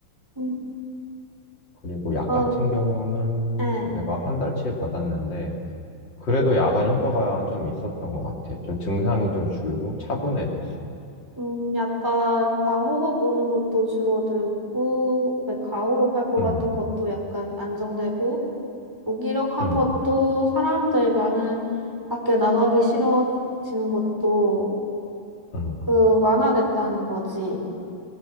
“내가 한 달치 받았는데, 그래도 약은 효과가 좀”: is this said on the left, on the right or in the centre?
Left